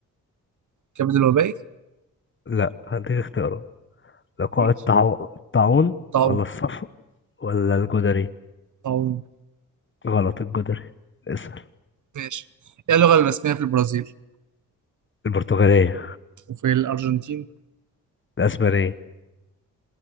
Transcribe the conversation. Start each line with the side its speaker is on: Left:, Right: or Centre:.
Right: كبد الوبائي
Left: لا هديك اختيارات لقاح
Right: ماشي
Left: الطاعون الطاعون
Right: طاعون
Left: ولا الصفر ولا الجدري
Right: طاعون
Left: غلط الجدري اسأل
Right: ماشي إيه اللغة الرسمية في البرازيل
Left: البرتغالية
Right: وفي الأرجنتين
Left: الاسبانية